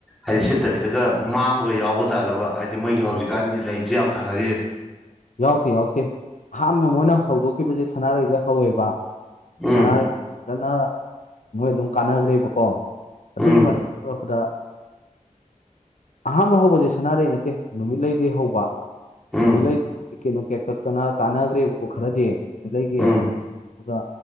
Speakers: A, in the centre; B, on the left.
A: ꯍꯥꯏꯗꯤ ꯁꯤꯠꯇꯕꯤꯗꯒ ꯃꯥꯡꯕꯒ ꯌꯥꯎꯕ ꯖꯥꯠꯂꯕ ꯍꯥꯏꯗꯤ ꯃꯣꯏꯒꯤ ꯍꯧꯖꯤꯛꯀꯥꯟꯒꯤ ꯂꯩꯖꯤ ꯌꯥꯝ ꯊꯥꯅꯔꯤꯌꯦ
B: ꯌꯥꯎꯗꯦ ꯌꯥꯎꯗꯦ ꯑꯍꯥꯟꯕ ꯃꯣꯏꯅ ꯍꯧꯗꯣꯛꯈꯤꯕꯖꯦ ꯁꯅꯥꯔꯩꯗ ꯍꯧꯋꯦꯕ
A: ꯎꯝ
B: ꯁꯅꯥꯔꯩ ꯐꯖꯅ ꯃꯣꯏ ꯑꯗꯨꯝ ꯀꯥꯟꯅꯒ꯭ꯔꯦꯕꯀꯣ ꯑꯗꯨꯒꯤ
A: ꯎꯝ
B: ꯃꯊꯠ ꯑꯣꯏꯔꯛꯄꯗ ꯑꯍꯥꯝꯕ ꯍꯧꯕꯖꯦ ꯁꯅꯥꯔꯩ ꯅꯠꯇꯦ ꯅꯨꯃꯤꯠꯂꯩꯗꯩ ꯍꯧꯕ
A: ꯎꯝ
B: ꯅꯨꯃꯤꯠꯂꯩ ꯀꯦꯅꯨ ꯀꯦꯛ ꯀꯛꯇꯅ ꯀꯥꯟꯅꯒ꯭ꯔꯦꯕꯀꯣ ꯈꯔꯗꯤ ꯑꯗꯩꯗꯤ
A: ꯎꯝ
B: ꯗꯨꯒ